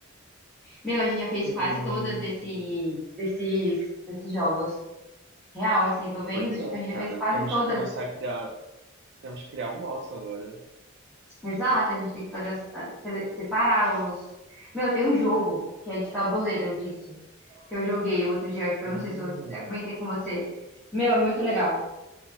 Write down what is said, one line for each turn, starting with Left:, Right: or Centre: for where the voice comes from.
Centre: meu, a gente já fez
Right: Hum,
Centre: quase todas desse, desses, desses jogos. Real, assim, tô vendo,
Right: pois
Centre: tipo,
Right: é,
Centre: a gente já
Right: cara.
Centre: fez quase
Right: Temos
Centre: todas.
Right: que começar a criar. Temos que criar o nosso agora.
Centre: Exato, a gente tem que fazer, as- a- sele- separar os... Meu, tem um jogo que é de tabuleiro disso, que eu joguei o outro dia, que
Right: Hum,
Centre: eu não sei se eu até comentei com você. Meu, é muito legal.